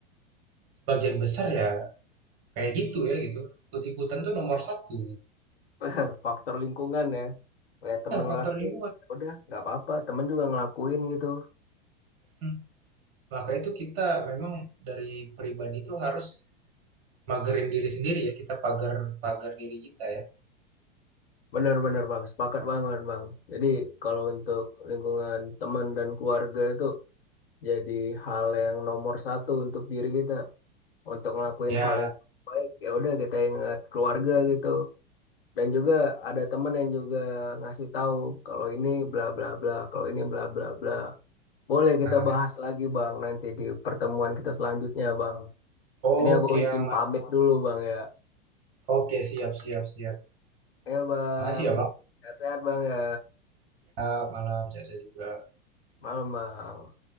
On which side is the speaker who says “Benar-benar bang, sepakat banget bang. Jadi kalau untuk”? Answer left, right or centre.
Left